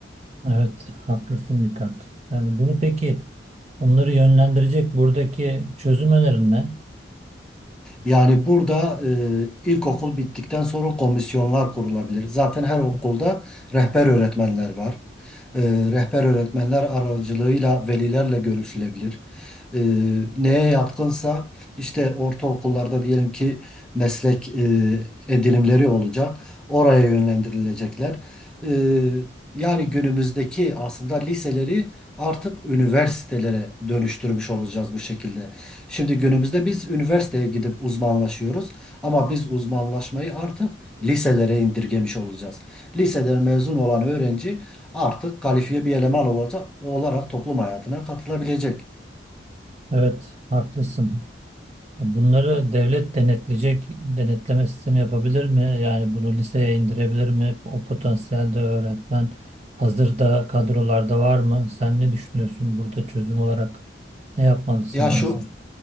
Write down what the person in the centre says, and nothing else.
Yani burada e, ilkokul bittikten sonra komisyonlar kurulabilir. Zaten her okulda rehber öğretmenler var. E, rehber öğretmenler aracılığıyla velilerle görüşülebilir. e, neye yatkınsa işte ortaokullarda diyelim ki meslek e, edinimleri olacak. Oraya yönlendirilecekler. E, yani günümüzdeki aslında liseleri artık üniversitelere dönüştürmüş olacağız bu şekilde. Şimdi günümüzde biz üniversiteye gidip uzmanlaşıyoruz ama biz uzmanlaşmayı artık liselere indirgemiş olacağız. Liseden mezun olan öğrenci artık kalifiye bir eleman olacak, olarak toplum hayatına katılabilecek.
Ya
şu